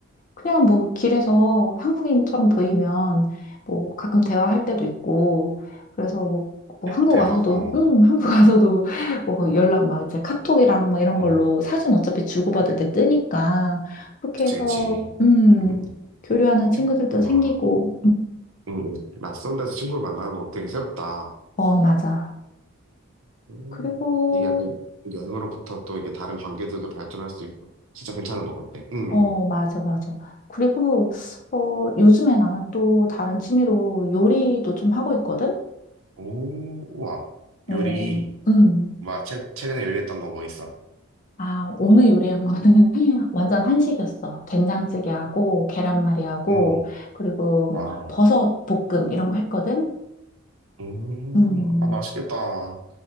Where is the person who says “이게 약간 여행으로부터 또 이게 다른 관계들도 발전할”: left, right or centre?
Right